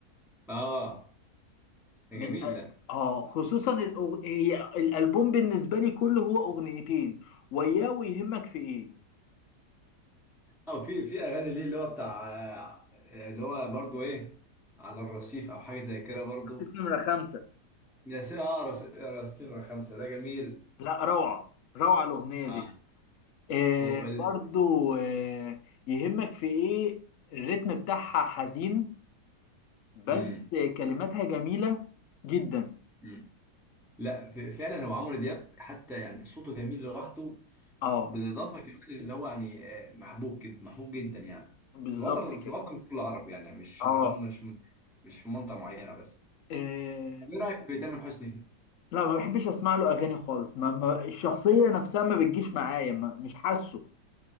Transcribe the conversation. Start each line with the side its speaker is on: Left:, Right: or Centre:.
Centre: اه ده
Left: من
Centre: جميل ده
Left: اه خصوصا الأغ... هي الالبوم بالنسبه لي كله هو اغنيتين وياه ويهمك في ايه
Centre: اه في في اغاني ليه اللي هو بتاع آه، اللي هو برضو ايه على الرصيف او حاجة زي كده برضو
Left: رصيف نمرة خمسة
Centre: ده س- اه رس... رس... نمرة خمسة ده جميل
Left: لا روعه روعه الاغنيه
Centre: اه
Left: دي آه
Centre: وال...
Left: برضو آه يهمك في ايه الريتم بتاعها حزين بس
Centre: مم.
Left: كلماتها جميله جدا
Centre: مم. لا ف- فعلا هو عمرو دياب حتى يعني صوته جميل لوحده
Left: اه
Centre: بالاضافه كمان اللي هو يعني آه، محبوب جدا محبوب جدا يعني
Left: بالظبط
Centre: في الوطن في
Left: كده
Centre: الوطن كله عربي يعني مش
Left: اه
Centre: م- مش مش في منطقه معينه بس
Left: آه،
Centre: ايه رايك في تامر حسني
Left: لا ما بحبش اسمع له اغاني خالص ما ما الشخصيه نفسها ما بتجيش معايا ما مش حاسه